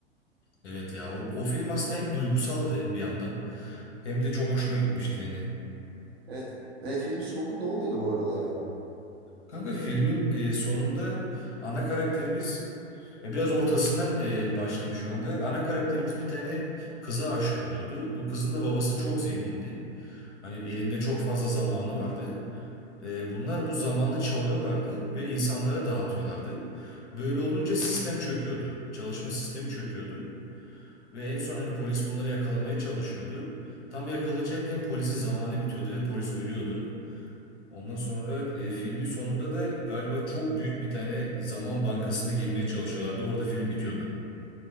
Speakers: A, on the left; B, on the right.
A: Evet ya. O, o film aslında hem duygusaldı bir yandan. Hem de çok hoşuma gitmişti yani.
B: Evet. Ve filmin sonunda ne oluyordu bu arada ya?
A: Kanka filmin e, sonunda ana karakterimiz E, Biraz ortasından e, başlayayım şu anda. Ana karakterimiz bir tane kıza aşık oluyordu. Bu kızın da babası çok zengindi. Hani elinde çok fazla zamanı vardı. E, bunlar bu zamanı çalıyorlardı ve insanlara dağıtıyorlardı. Böyle olunca sistem çöküyordu. Çalışma sistemi çöküyordu. Ve en son hani polis bunları yakalamaya çalışıyordu. Tam yakalayacakken polisin zamanı bitiyordu ve polis ölüyordu. Ondan sonra e, filmin sonunda da galiba çok büyük bir tane zaman bankasına girmeye çalışıyorlardı. Orada film bitiyordu.